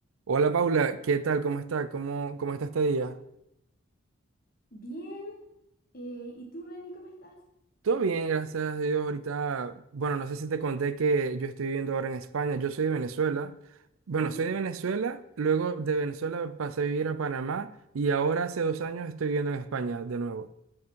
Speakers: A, on the right (about 70°); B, on the left (about 40°).
A: Hola Paula, ¿qué tal? ¿Cómo está? ¿Cómo, cómo está este día?
B: Bien, eh, ¿y tú, Reni, cómo estás?
A: Todo bien, gracias a Dios. Ahorita, bueno, no sé si te conté que yo estoy viviendo ahora en España. Yo soy de Venezuela. Bueno,
B: Ujú.
A: soy de Venezuela, luego de Venezuela pasé a vivir a Panamá y ahora hace dos años estoy viviendo en España de nuevo.